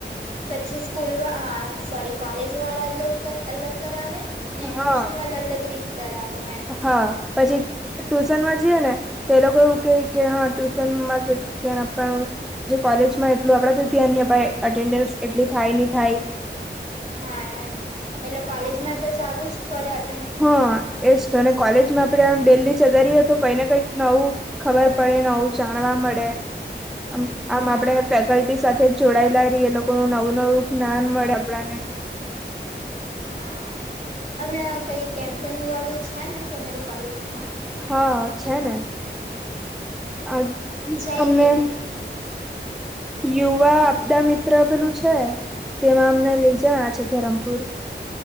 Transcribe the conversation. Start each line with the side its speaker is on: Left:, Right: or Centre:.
Right: પછી સ્કૂલ વા, અહ સોરી કોલેજ વાળા <unintelligible> અલગ કરાવે. ને ટ્યુશન
Centre: હા
Right: વાળા અલગ રીત કરાવે એમ.
Centre: હા, પછી ટ્યુશન માં જઈએ ને તો એ લોકો એવું કેય કે હા ટ્યુશનમાં જેટલું ધ્યાન આપવાનું. જે કોલેજમાં એટલું આપડાથી ધ્યાન નહી અપાય, એટેન્ડન્સ એટલી થાય, નહીં થાય.
Right: હા એમ. એટલે કોલેજમાં તો જાવું જ પડે અટ
Centre: હા એજ તો. અને કોલેજમાં આપડે આમ ડેલી જતા રહીએ તો કોઈ ને કંઈક નવું ખબર પડે, નવું જાણવા મળે, આમ-આમ
Right: હા
Centre: આપડે <unintelligible> કલ્ટી સાથે જોડાયેલા રહી, એ લોકો નું નવું-નવું જ્ઞાન મળે આપડાને.
Right: હા. હમણાં કંઈ કેમ્પનું ઓલું છે ને તમારી કોલેજમાં?
Centre: હા છે ને.
Right: હા
Centre: અહ
Right: જાય
Centre: અમને
Right: કે નહી
Centre: યુવા આપદા મિત્ર પેલું છે, તેમાં અમને લઇ જવાના છે ધરમપુર.